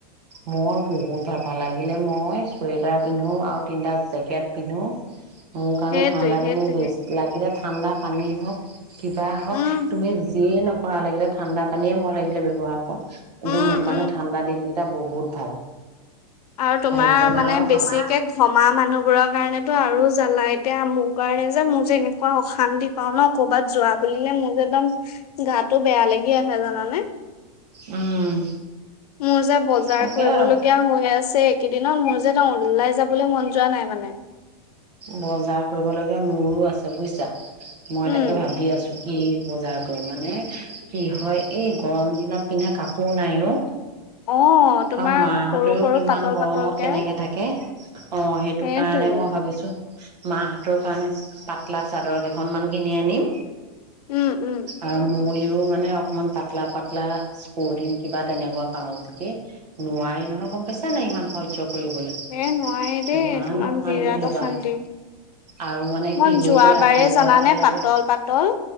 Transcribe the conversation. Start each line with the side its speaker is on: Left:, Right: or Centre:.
Right: মই বহুত ভাল পাওঁ। লাগিলে মই চুৱেটাৰ পিন্ধো আৰু তিনটা জেকেট পিন্ধো। মোৰ কাৰণে
Left: সেইটোৱে
Right: ঠাণ্ডা
Left: সেইটোৱে
Right: দিনেই বেষ্ট লাগিলে ঠাণ্ডাত পানী হওক কিবা হওক
Left: উম
Right: তুমি যিয়ে কৰা লাগিলে ঠাণ্ডা পানীয়ে মই লাগিলে ব্যৱহাৰ একদম
Left: উম
Right: মোৰ কাৰণে
Left: উম।
Right: ঠাণ্ডা দিন তাৰ বহুত ভাল
Left: আৰু তোমাৰ
Right: ভাবিব নোৱাৰা
Left: মানে বেছিকে
Right: ভাল।
Left: ঘমা মানুহ বোৰৰ কাৰণেতো আৰু জানা এতিয়া মোৰ কাৰণে যে মোৰ যে এনেকুৱা অশান্তি পাওঁ ন ক'ৰবাত যোৱা বুলিলে মোৰ যে একদম গাটো বেয়া কি‌ আহে জানানে
Right: উম
Left: মোৰ যে বজাৰ
Right: তাকে
Left: কৰিবলগীয়া
Right: আৰু
Left: হৈ আছে এইকেইদিনত মোৰ যে ওলাই যাবলৈ মন যোৱা নাই মানে
Right: বজাৰ কৰিবলগীয়া মোৰো আছে বুজিছা মই
Left: উম,
Right: তাকে ভাবি আছো কি বজাৰ কৰিম মানে কি হয় এই গৰম দিনত পিন্ধা কাপোৰ নাই ও
Left: অ' তোমাৰ
Right: আৰু মাহঁতেও
Left: সৰু সৰু
Right: সিমান
Left: পাতল
Right: গৰমত
Left: পাতলকে
Right: কেনেকে থাকে অ সেইটো
Left: সেইটোৱে।
Right: কাৰণে মই ভাবিছো মা হেঁতৰ কাৰণে পাতলা চাদৰ কেইখনমান কিনি আনিম।
Left: উম, উম,
Right: আৰু মোৰ মানে অকমান পাতলা পাতলা স্পৰ্টিং কিবা তেনেকুৱা পাওঁ যদি নোৱাৰি নহয় গম পাইছা নাই ইমান সহ্য কৰিবলৈ
Left: এ নোৱাৰি দেই
Right: ইমান
Left: তোমাৰ
Right: অশান্তি
Left: বিৰাট
Right: ল'বা
Left: অশান্তি
Right: আৰু মানে কি
Left: মই
Right: হৈ
Left: যোৱাবাৰে
Right: যায় ৰাতি হোৱাৰ
Left: জানানে
Right: লগে লগে
Left: পাতল পাতল